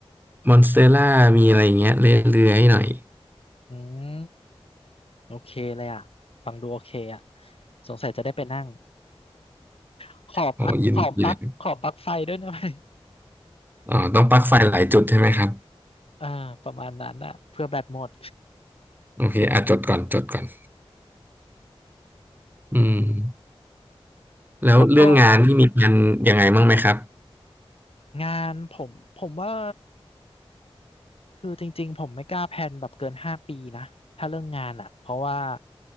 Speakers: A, on the right (about 20°); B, on the left (about 65°).
A: มอนสเตอร่ามีอะไรอย่างเงี้ยเรื่อยๆหน่อย
B: อืม โอเคเลยอ่ะฟังดูโอเคอ่ะสงสัยจะได้ไปนั่ง <laughs> ขอปลั๊กขอปลั๊กขอปลั๊กไฟด้วยนะไหม
A: โอ้ยินดีเลยอ๋อต้องปลั๊กไฟหลายจุดใช่ไหมครับ
B: อ่าประมาณนั้นอ่ะเพื่อแบตหมด
A: โอเคอ่ะจดก่อนจดก่อนอืม แล้วเรื่องงานที่มีกันยังไงบ้างไหมครับ
B: แล้วก็งานผมผมว่า คือจริงๆผมไม่กล้าแพลนแบบเกินห้าปีนะถ้าเรื่องงานอ่ะเพราะว่า